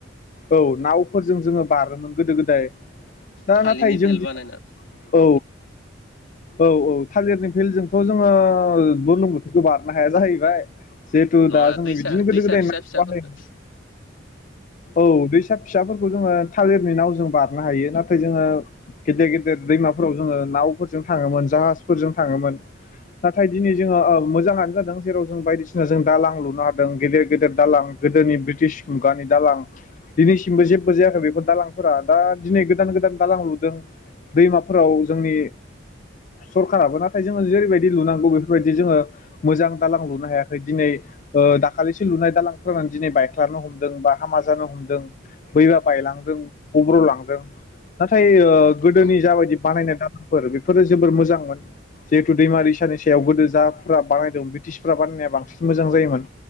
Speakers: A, on the left (about 40°); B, on the left (about 75°).
A: औ नावफोरजों जोङो बारोमोन गोदो गोदाय। दा
B: थालिरनि
A: नाथाय जों
B: भेल बानायना
A: औ। औ औ थालिरनि भेलजोंथ' जोङो बुरलुंबुथुरखौ बारनो हाया जाहैबाय। जिहेथु
B: नङा
A: दा जोङो
B: दैसा
A: बिदिनो गोदो
B: दैसा
A: गोदाय
B: फिसा
A: माइ
B: फिसाफोरखौ
A: औ दैसा। फिसाफोरखौ जोङो थालिरनि नाव जों बारनो हायो नाथाय जोङो गेदेर गेदेर दैमाफोराव जोङो नावफोरजों थाङोमोन जाहाजफोरजों थाङोमोन। नाथाय दिनै जोङो ओ मोजाङानो जादों जेराव जों बायदिसिना जों दालां लुनो हा गेदेर गेदेर दालां गोदोनि ब्रिटिश मुगानि दालां दिनैसिमबो जेबो जायाखै बेफोर दालां फोरा दा दिनै गोदान गोदान दालां लुदों दैमाफोराव जोंनि सरखाराबो नाथाय जोङो जेरैबायदि लुनांगौ बेफोरबायदि जोङो मोजां दालां लुनो हायाखै दिनै ओ दाखालिसो लुनाय दालां फोरानो दिनै बायख्लानो हमदों बा हामा जानो बोहैना बायलांदों। उब्र लांदों। नाथाय ओ
B: औ
A: गोदोनि जाबायदि बानायनाय दालांफोर बेफोरो जोबोर मोजांमोन जिहेथु दैमारि नि सायाव गोदो जाफोरा बानायदों ब्रिटिसफोरा बानायनाया बांसिन मोजां जायोमोन।